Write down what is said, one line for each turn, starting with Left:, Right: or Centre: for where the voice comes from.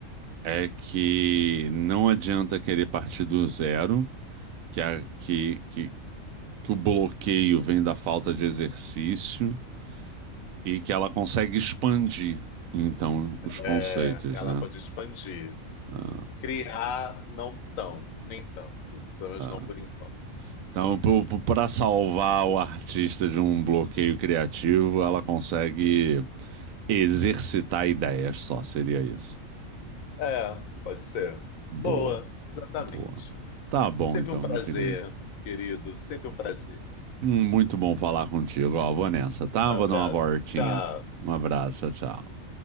Right: é que não adianta querer partir do zero, que, a, que, que, que o bloqueio vem da falta de exercício. e que ela consegue expandir, então, os conceitos,
Left: É, ela
Right: né?
Left: pode expandir.
Right: Ah,
Left: Criar não tão, nem tanto, pelo menos
Right: ah.
Left: não por enquanto.
Right: Então, para salvar o artista de um bloqueio criativo, ela consegue exercitar ideias só, seria isso.
Left: É, pode ser.
Right: Boa,
Left: Boa, exatamente.
Right: boa. Tá bom
Left: Sempre
Right: então,
Left: um prazer,
Right: meu querido.
Left: querido. Sempre um prazer.
Right: Hum, Muito bom falar contigo. Ó, vou nessa, tá?
Left: Abraço.
Right: Vou dar uma voltinha.
Left: Tchau.
Right: Um abraço, tchau, tchau.